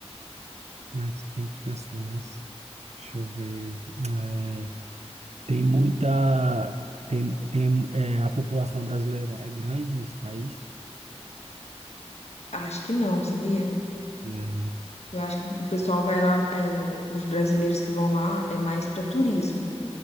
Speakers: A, on the right; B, on the left.
A: Mais quente que a Suécia. Deixa eu ver. É, tem muita. Tem, tem, é, a população brasileira é grande nesse país.
B: Acho que não, sabia?
A: É, né?
B: Eu acho que o pessoal vai lá, é, o- os brasileiros que vão lá é mais para turismo.